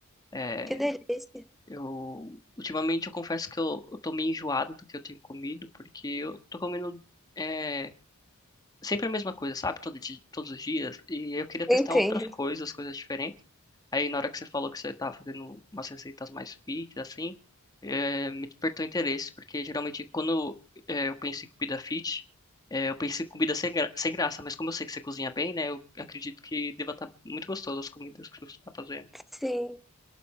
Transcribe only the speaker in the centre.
Que delícia.
Entendo.
Sim.